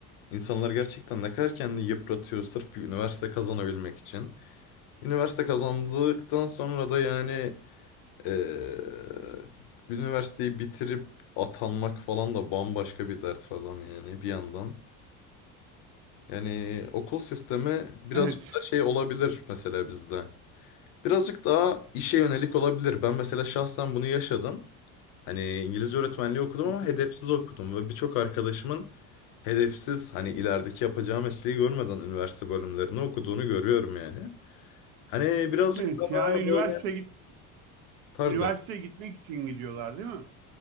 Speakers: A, on the left (about 55°); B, on the right (about 70°).
A: insanlar gerçekten ne kadar kendini yıpratıyor sırf bir üniversite kazanabilmek için. Üniversite kazandıktan sonra da yani eee, üniversiteyi bitirip atanmak falan da bambaşka bir dert falan yani bir yandan. Yani okul sistemi biraz
B: Evet.
A: da şey olabilir mesela bizde. Birazcık daha işe yönelik olabilir. Ben mesela şahsen bunu yaşadım. Hani İngilizce öğretmenliği okudum
B: Hı
A: ama
B: hı.
A: hedefsiz okudum ve birçok arkadaşımın hedefsiz hani ilerideki yapacağı mesleği görmeden üniversite bölümlerini okuduğunu görüyorum yani. Hani birazcık
B: Evet
A: daha
B: yani üniversite
A: böyle
B: git
A: pardon.
B: üniversiteye gitmek için gidiyorlar değil mi?